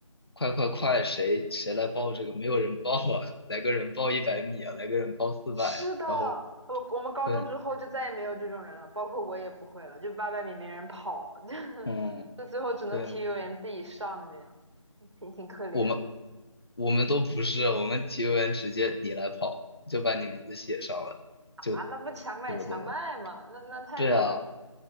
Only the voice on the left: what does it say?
快快快，谁谁来报这个？没有人报啊，来个人报一百米啊，来个人报四百啊。
然后
对，
嗯，
对，
我们我们都不是，我们体育员直接你来跑，就把你名字写上了，
就
怎么怎么。
对啊，